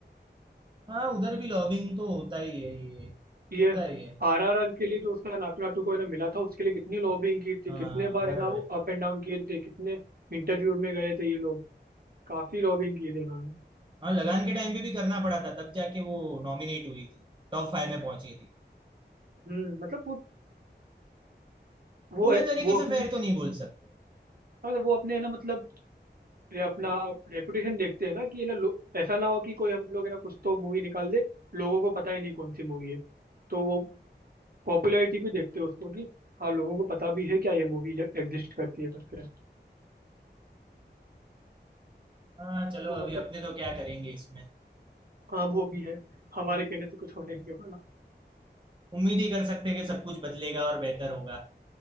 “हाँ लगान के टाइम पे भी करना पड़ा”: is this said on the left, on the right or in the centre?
Right